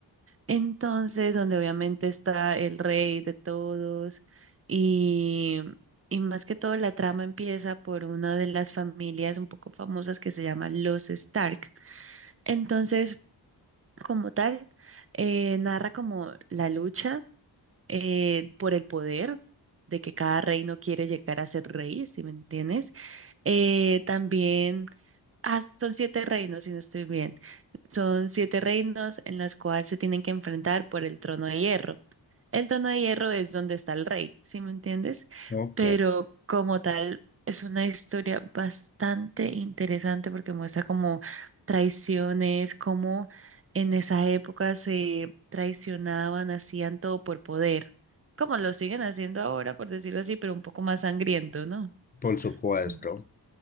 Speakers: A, on the right; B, on the left.
A: Entonces, donde obviamente está el rey de todos y, y más que todo la trama empieza por una de las familias un poco famosas que se llaman los Stark. Entonces, como tal, eh, narra como la lucha eh, por el poder, de que cada reino quiere llegar a ser rey, si me entiendes. Eh, también, ah, son siete reinos, si no estoy bien. Son siete reinos en los cuales se tienen que enfrentar por el trono de hierro. El Trono de Hierro es donde está el rey, ¿sí me entiendes?
B: Ok,
A: Pero como tal, es una historia bastante interesante porque muestra como traiciones, cómo en esa época se traicionaban, hacían todo por poder, como lo siguen haciendo ahora, por decirlo así, pero un poco más sangriento, ¿no?
B: por supuesto.
A: Mm.